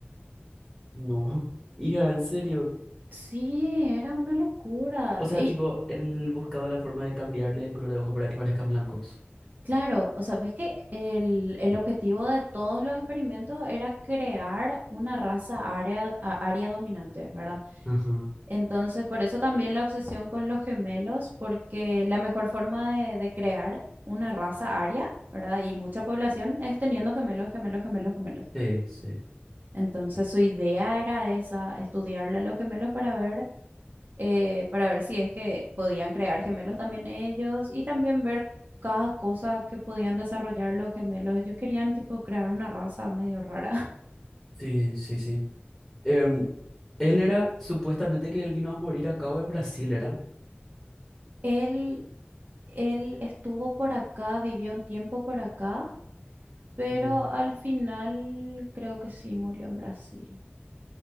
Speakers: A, in the centre; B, on the right.
A: No. <laughs> Hija, en serio.
B: Sí, era una locura.
A: O sea,
B: Y
A: tipo, él buscaba la forma de cambiarle el color de ojo para que parezcan blancos.
B: claro, o sea, ves que el, el objetivo de todos los experimentos era crear una raza área, a- área dominante, ¿verdad?
A: Ajá.
B: Entonces, por eso también la obsesión con los gemelos, porque la mejor forma de, de crear una raza área, ¿verdad? Y mucha población es teniendo gemelos, gemelos, gemelos, gemelos.
A: Sí, sí,
B: Entonces, su idea era esa, estudiarle a los gemelos para ver eh, para ver si es que podían crear gemelos también ellos y también ver cada cosa que podían desarrollar los gemelos. Ellos querían tipo crear una raza medio rara. <laughs>
A: sí, sí, sí. Em, él era, supuestamente que él vino a morir acá o en Brasil, ¿era?
B: Él, él estuvo por acá, vivió un tiempo por acá, pero
A: Mm,
B: al final creo que sí murió en Brasil.